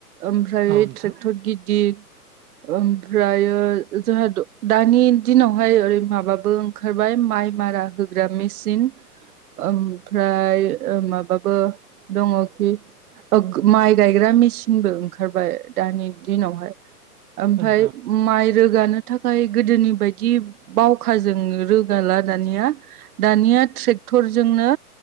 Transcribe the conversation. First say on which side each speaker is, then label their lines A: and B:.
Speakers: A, on the right; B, on the right.
A: ओमफ्राय
B: औ नोंथां
A: ट्रेक्टर गिदिर ओमफ्र जोंहा दानि दिनावहाय ओरै माबाबो ओंखारबाय माइ मारा होग्रा मेसिन ओमफ्राय माबाबो दङखि माइ गायग्रा मेसििनबो ओंखारबाय दानि दिनावहाय ओमफ्राय
B: औ नोंथां
A: माइ रोगानो थाखाय गोदोनि बायदि बावखाजों रोगाला दानिया दानिया ट्रेक्टरजोंनो